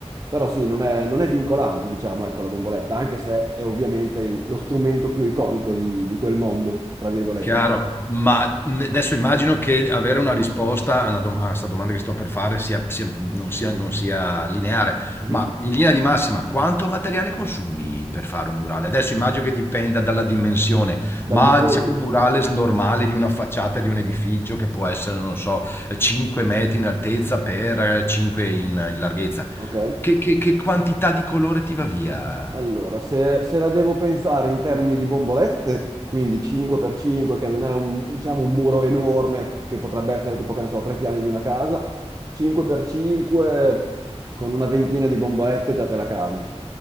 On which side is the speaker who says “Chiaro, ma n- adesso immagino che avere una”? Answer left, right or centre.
Left